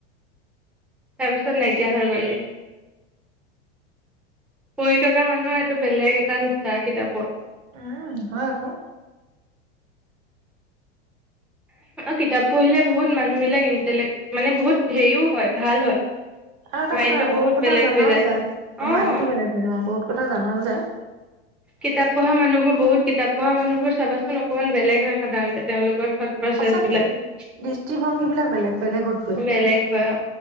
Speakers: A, in the centre; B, on the right (about 45°).
A: তাৰপিছত নাইকিয়া হৈ গলি পঢ়ি থকা মানুহৰ এইটো বেলেগ এটা নিচা কিতাপৰ
B: উম হয় আকৌ
A: কিতাপ পঢ়িলে বহুত মানুহ বিলাক ইণ্টেলেক মানে বহুত হেৰিও হয় ভাল হয়
B: আৰু এটা
A: মাইণ্ডটো
B: কথা বহুত কথা
A: বেলেগ
B: জনাও
A: হৈ
B: যায়
A: অ'।
B: মাইন্ডটো বেলেগ হয় ন বহুত কথা জনাও যায়
A: কিতাপ পঢ়া মানুহবোৰ কিতাপ পঢ়া মানুহবোৰ চাবাচোন অকণমান বেলেগ হয় সাধাৰণতে তেওঁলোকৰ থউট প্ৰচ্ছ
B: সঁচাকে
A: বিলাক
B: দৃষ্টিভংগী বিলাক বেলেগ বেলেগতকৈ
A: বেলেগ হয় আ